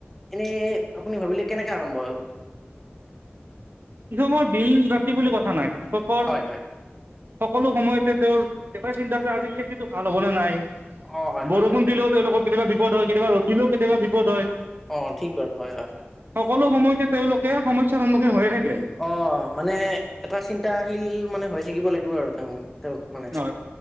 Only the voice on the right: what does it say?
কি মৰ দিন ৰাতি বুলি কথা নাই। কৃষকৰ।
সকলো সময়তে তেওঁৰ একটাই চিন্তা কৰে আজি খেতিতটো ভাল হ'ব নে নাই।
বৰষুণ
দিলেও তেওঁলোকৰ। কেতিয়াবা বিপদ হয় কেতিয়াবা ৰদিলও কেতিাব বিপদ হয়।
সকলো সময়তে তেওঁলোকে। সম্যাৰ সন্মুখীন হৈ থাকে।
ন